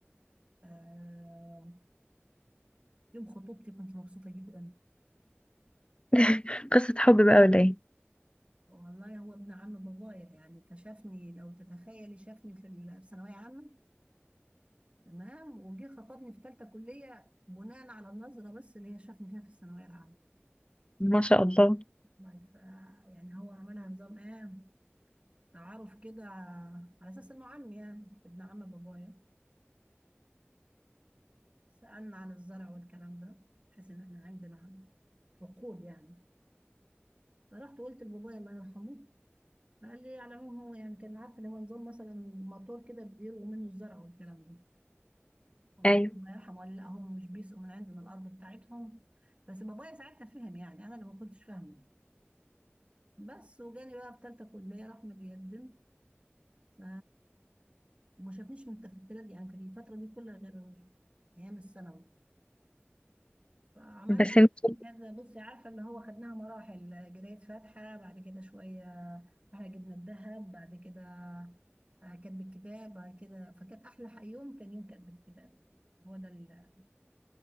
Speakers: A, on the right (about 30°); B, on the left (about 25°).
A: آه يوم خطوبتي كنت مبسوطة جدا
B: <laughs> قصة حب بقى ولا ايه
A: والله هو ابن عم بابايا يعني فشافني لو تتخيلي شافني في ال- في ثانوية عامة تمام وجه خطبني في ثالثة كلية بناء على النظرة بس اللي هي شافني فيها في الثانوية العامة
B: ما شاء الله
A: والله ف- يعني هو عملها نظام ايه تعارف كده على اساس انه عمي يعني ابن عم بابايا فسألنا عن الزرع والكلام ده بحيث إن إحنا عندنا حقول يعني فرحت قلت لبابايا الله يرحمه فقال لي على العموم هو يعني كان عارف اللي هو نظام مثلا موتور كده بيرووا منه الزرع والكلام ده فبابايا
B: أيوة
A: الله يرحمه قال لي لا هم مش بيسقوا من عندنا الأرض بتاعتهم بس بابايا ساعتها فهم يعني أنا اللي ما كنتش فاهمة بس وجالي بقى في تالتة كلية راح متقدم ف ما شافنيش من التفتلات دي يعني في الفترة دي كلها غير أيام الثانوي عملنا
B: بس انتي
A: يعني كذا بصي عارفه اللي هو خدناها مراحل جرايه فاتحه بعد كده شويه احنا جبنا الذهب بعد كده آه، كتب الكتاب بعد كده فكانت احلى ح- يوم كان يوم كتب الكتاب هو ده اللي